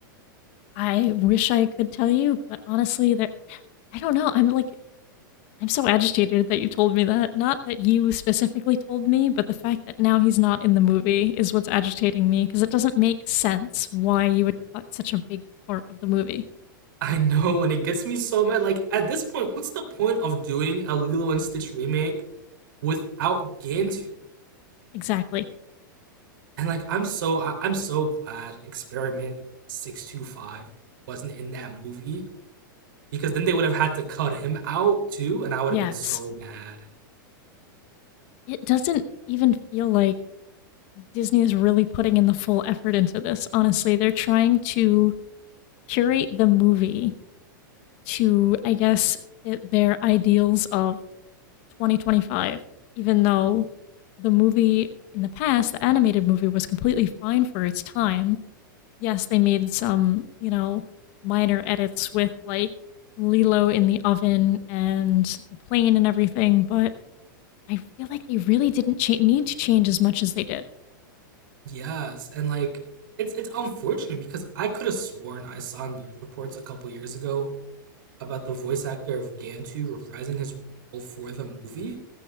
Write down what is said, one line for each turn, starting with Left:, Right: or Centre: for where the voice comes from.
Left: <laughs> I wish I could tell you, but honestly, there I don't know. I'm like I'm so agitated that you told me that. Not that you specifically told me, but the fact that now he's not in the movie is what's agitating me because it doesn't make sense why you would cut such a big part of the movie.
Right: <laughs> I know, and it gets me so mad. Like at this point, what's the point of doing a Lilo and Stitch remake without Gantu?
Left: Exactly.
Right: and like I'm so I, I'm so glad Experiment Six Two Five wasn't in that movie because then they would have had to cut him out too, and I would
Left: Yes.
Right: have been so mad.
Left: It doesn't even feel like Disney is really putting in the full effort into this. Honestly, they're trying to curate the movie to, I guess, fit their ideals of 2025, even though the movie in the past, the animated movie, was completely fine for its time. Yes, they made some, you know, minor edits with like Lilo in the oven and the plane and everything, but I feel like they really didn't cha- need to change as much as they did.
Right: Yes, and like it's it's unfortunate because I could have sworn I saw news reports a couple years ago about the voice actor of Gantu reprising his role for the movie,